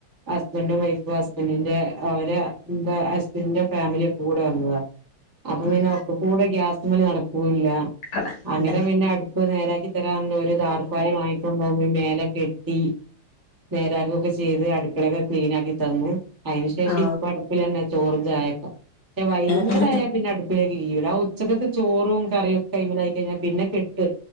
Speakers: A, on the right; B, on the left.
A: ഹസ്ബൻഡും വൈഫും ഹസ്ബൻഡിന്റെ അവരെ ഹസ്ബൻഡറിന്റെ ഫാമിലി ഒക്കെ കൂടെ വന്നത അപ്പൊ പിന്നെ
B: ഉം
A: ഒക്ക കൂടെ ഗ്യാസ മല് നടക്കൂല്ല
B: അതാ
A: അങ്ങനെ
B: അല്ല
A: പിന്നെ അടു പ്പ് നേരാക്കി തരാന്ന് ഒരു താർപ്പായി വാങ്ങിക്കൊണ്ടന് ഈ മേലൊക്കെട്ടി നേരാക്കൊക്കെ ചെയ്ത് അടുക്കളയൊക്കെ ക്ലീൻ ആക്കി തന്നു അയിന് ശേഷം
B: ഓ
A: ഇപ്പ അടു പിലെന്നെ ചോറും ചായക്കെ പക്ഷെ വൈകുന്നേരം
B: ആഹ് ആഹ്
A: ആയ പിന്നെ അടുപ്പിലേക്ക് കീഴൂല ആ ഉച്ചക്കത്ത് ചോറും കറിയക്കെ ആയിമല ആയി കഴിഞ്ഞൽ പിന്നെ കെട്ട്